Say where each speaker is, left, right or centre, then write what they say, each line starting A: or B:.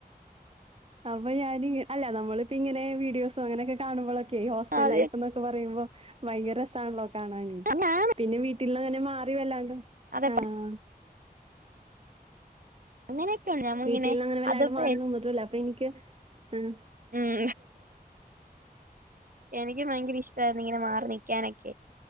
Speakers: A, on the right; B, on the right.
A: അപ്പം ഞാൻ അല്ല നമ്മളിപ്പം ഇങ്ങനെ വീഡിയോസോ അങ്ങനെയൊക്കെ കാണുമ്പോഴൊക്കെയേ ഹോസ്റ്റൽ
B: അതെ
A: ലൈഫ് എന്നൊക്കെ പറയുമ്പോ ഭയങ്കര രസാണോ കാണാ
B: അതാണ്
A: പിന്നെ വീട്ടിൽ അങ്ങനെ മാറി വല്ലാണ്ടോ
B: അതെ
A: ആഹ
B: അങ്ങനെയൊക്കെയണ്ട് ഞമ്മ
A: വീട്ടിൽന്നങ്ങനെ
B: ഇങ്ങനെ
A: വല്ലാണ്ട്
B: അത്പ്പോ
A: മാറി നിന്നിട്ടുല്ല. അപ്പൊ എനിക്ക് ആഹ്
B: ഉം എനിക്ക് ഭയങ്കര ഇഷ്ടായിരുന്നു ഇങ്ങനെ മാറി നിക്കാനൊക്കെ